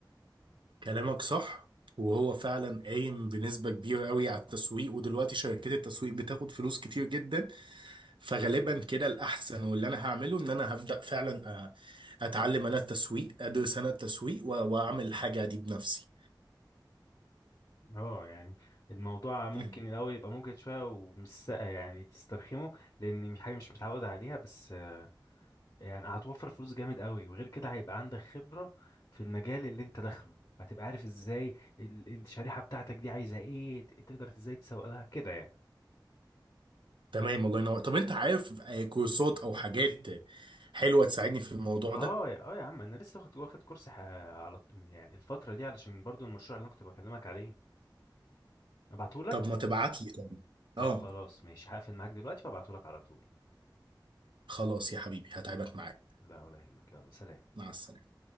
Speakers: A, on the right; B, on the left.
A: كلامك صح وهو فعلا قايم بنسبة كبيرة قوي على التسويق ودلوقتي شركات التسويق بتاخد فلوس كتير جدا فغالبا كده الأحسن واللي أنا هعمله إن أنا هبدأ فعلا أ- أتعلم أنا التسويق أدرس أنا التسويق و- وأعمل الحاجة دي بنفسي
B: اه يعني الموضوع ممكن
A: مم.
B: الاول يبقى مجهد شوية ومش سا- يعني تسترخمه لان مش حاجة مش متعود عليها بس آه، يعني هتوفر فلوس جامد قوي وغير كده هيبقى عندك خبرة في المجال اللي انت داخله هتبقى عارف ازاي ال- الشريحة بتاعتك دي عايزة ايه ت- تقدر ازاي تسوق لها كده يعني
A: تمام الله ينور طب أنت عارف آه، كورسات أو حاجات حلوة تساعدني في الموضوع
B: اه
A: ده
B: يا اه يا عم انا لسه واخد واخد كورس ح- على الط- يعني الفتره دي علشان برضو المشروع اللي انا كنت بكلمك عليه ابعتهولك
A: طب ما تبعت لي طب
B: طب
A: اه
B: خلاص ماشي هقفل معاك دلوقتي وابعتهولك على طول
A: خلاص يا حبيبي هتعبك معايا
B: لا ولا يهمك يلا سلام
A: مع السلامة